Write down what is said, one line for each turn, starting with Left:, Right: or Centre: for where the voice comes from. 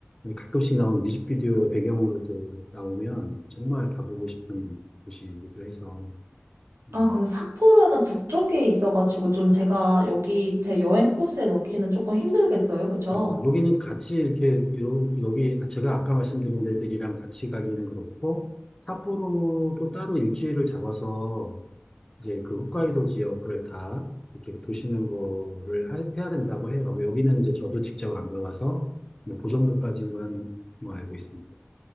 Left: 가끔씩 나온 뮤직비디오 배경으로도 나오면 정말 가보고 싶은 곳이기도 해서. 음.
Right: 아, 그럼 삿포로는 북쪽에 있어가지고 좀 제가 여기 제 여행 코스에 넣기는 조금 힘들겠어요. 그쵸?
Left: 어, 여기는 같이 이렇게, 요, 여기, 아, 제가 아까 말씀드린 데들이랑 같이 가기는 그렇고, 삿포로도 따로 일주일을 잡아서 이제 그 홋카이도 지역을 다 이렇게 도시는 거를 하- 해야 된다고 해요. 여기는 이제 저도 직접 안 가봐서 뭐그 정도까지만 뭐 알고 있습니다.